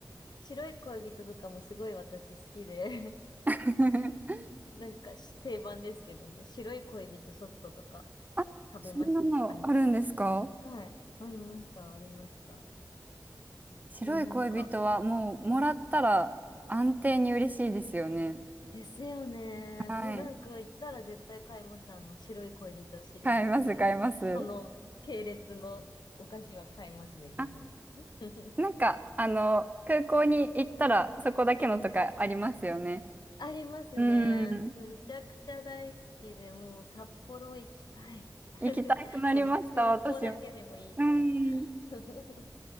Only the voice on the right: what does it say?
<laughs>
あ、
そんなのあるんですか
白い恋人はもうもらったら安定に嬉しいですよね。
はい。
買います、買います。
あ、
なんか、あの、空港に行ったらそこだけのとかありますよね。
うん。
行きたくなりました、
私も。うん。